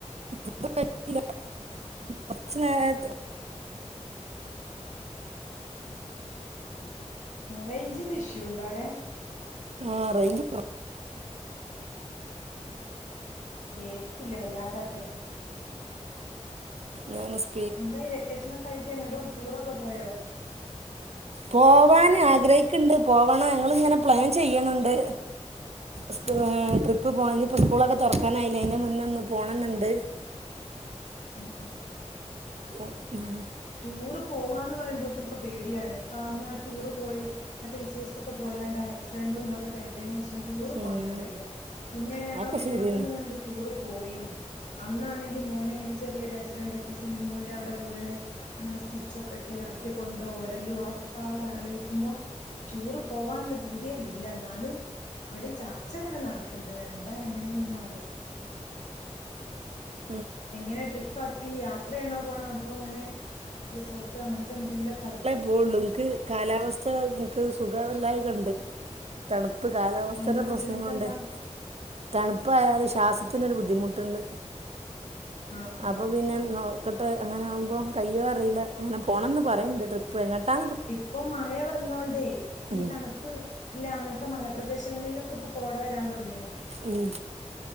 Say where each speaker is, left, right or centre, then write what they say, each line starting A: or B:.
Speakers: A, on the right; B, on the left.
A: ഫുഡ് കയിച്ചില്ല കൊറച്ച് നേര
B: റെയ്ഞ്ചിന്റെ ഇഷ്യൂ ഉണ്ടോ അവടെ
A: ആ റൈഞ്ച്
B: കേൾക്കില്ലാ വല്ലാതാട്ട്
A: ഞാനസ്
B: എന്തായി വെക്കേഷനോക്കെ ആയിട്ട് എങ്ങട്ടോ ടൂറൊക്കെ പോയോ
A: പോവാൻ ആഗ്രഹിക്ക്ണ്ട് പോകണം ഞങ്ങിങ്ങനെ പ്ലാൻ ചെയ്യിണ് ണ്ട് സ് ട്രിപ്പ് പോകാഞ്ഞി ഇപ്പോ സ്കൂളൊക്കെ തൊറക്കാനായില്ലേ അയ്ന്റെ മുന്നേ ഒന്ന് പോണംന്നുണ്ട്
B: അഹ് അഹ്
A: പ്പൊ ൻ
B: ടൂർ പോവാന്ന് പറയുമ്പോത്തിന് ഇപ്പോ പേടിയാണ് ഇപ്പ അന്നാ ടൂർ പോയി ആ ടീച്ചേഴ്സ് ഒക്കെ പോയാണ്ട് ആക്സിഡന്റും തൊക്കെ കേട്ടയ്ന് ശേഷം ടൂറ്
A: ഉം
B: പോവാനും പേടിയ പിന്നെയാണ് ഞങ്ങളെ
A: അതൊക്കെ
B: കുടുംബത്തിൽ
A: ശരിയന്നെ
B: നിന്ന്ണ്ട് ടൂർ പോയിനി അന്നാണെങ്കി മോന് ഇങ്ങനെ ചെറിയൊരു ആക്സിഡന്റ് പറ്റി സിമ്മിം പൂളിന്റെ അവിടെ വീണ് അങ്ങനെ സ്റ്റിച്ചൊക്കെ ഇട്ട് രാത്രി കൊണ്ട് ഓടലും അഒക്കെ പാടെ ആലോയിക്കുമ്പോ ടൂർ പോവാന്ള്ള പൂതി ല്ല എന്നാലും ഇവടീം ചർച്ച ഇങ്ങനെ നടക്ക്ണ്ട് എന്താ എങ്ങനെന്നൊന്നും
A: ങ
B: എങ്ങനെ ട്രിപ്പ് ആക്കി യാത്രേണോ പോണേ അതോ ഇങ്ങനെ റിസോർട്ട് അങ്ങനത്തെ എന്തെങ്കിലുമൊക്കെ
A: പോഒള്ളു ഇൻക് കാലാവസ്ഥ ഇൻക് സുഖല്ലായ ഒക്കെ ഉണ്ട് തണുപ്പ് കാലാവസ്ഥന്റെ
B: എന്താ
A: പ്രശ്നം
B: ബുദ്ധിമുട്ടെന്താ
A: കൊണ്ട് തണുപ്പായാൽ ശ്വാസത്തിനൊരു ബുദ്ധിമുട്ടുണ്ട്
B: ആഹ് ആഹ്
A: അപ്പം പിന്നെ നോ ക്കട്ടെഅങ്ങനെ ആകുമ്പോം കയ്യോ അറിയില്ല അങ്ങനെ പോണം യെന്ന് പറയുന്നുണ്ട് ട്രിപ്പ് പോണത് എങ്ങട്ടാ
B: ഇപ്പം മഴ വന്നോണ്ടേ
A: ഉം
B: ഈ തണുപ്പ് ഇല്ല അങ്ങനത്തെ മലപ്രദേശങ്ങളിലൊക്കെ ഇപ്പൊ കോട വരാൻ തൊടങ്ങീണ്
A: ഉം